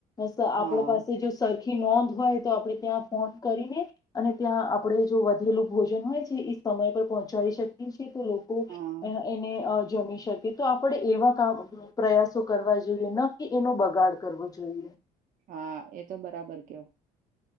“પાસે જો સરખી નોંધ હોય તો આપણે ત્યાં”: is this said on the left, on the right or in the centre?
Left